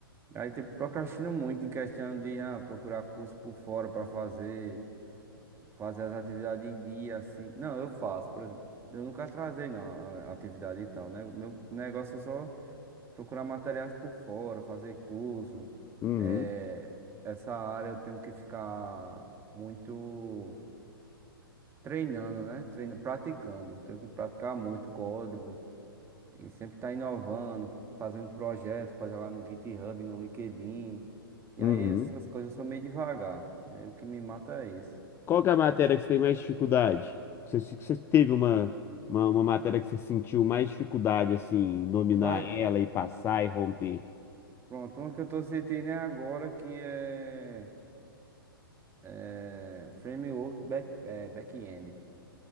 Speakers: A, on the right; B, on the left.
A: E aí, tipo, procrastino muito em questão de ah, procurar curso por fora pra fazer, fazer as atividades em dia, assim. Não, eu faço, por exemplo. Eu nunca atrasei, não, a a atividade e tal, né? O meu negócio é só procurar materiais por fora, fazer curso.
B: Uhum.
A: É, essa área eu tenho que ficar muito treinando, né? Treina, praticando. Tenho que praticar muito código e sempre estar inovando, fazendo projetos para jogar no GitHub, no LinkedIn. E
B: Uhum.
A: aí essas coisas eu sou meio devagar. E aí o que me mata é isso.
B: Qual que é a matéria que você tem mais dificuldade? Que Você, se- que você teve uma, uma, uma matéria que você sentiu mais dificuldade, assim, em dominar
A: Pai,
B: ela e passar e romper?
A: pronto, uma que eu tô sentindo é agora que é, é framework back, é, back-end.